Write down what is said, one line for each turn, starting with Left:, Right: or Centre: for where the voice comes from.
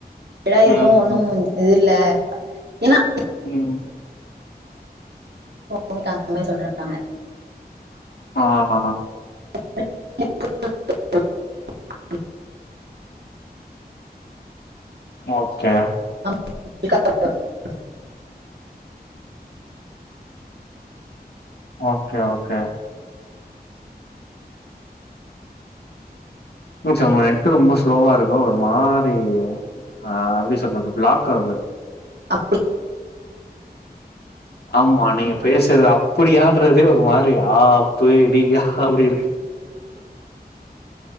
Right: ஏனா எதுவு
Left: ம்
Right: ஒண்ணு இது இல்ல ஏனா <inaudible> <inaudible>
Left: ம்
Right: அந்த மாரி சொல்றாங்க
Left: ஆ ஆ
Right: <inaudible>
Left: ஓகே
Right: <inaudible>
Left: ஓகே ஓகே என்ன ஆச்சு உங்களுக்கு நெட்டு ரொம்ப ஸ்லோவா இருக்கோ ஒரு மாரி ஆ எப்டி சொல்றது பிளாக் ஆவுது
Right: அப்டி <inaudible>
Left: ஆம்மா நீங்க பேசுறது அப்டியான்றதே ஒரு மாரி ஆப்புடியா அப்டி இருக்கு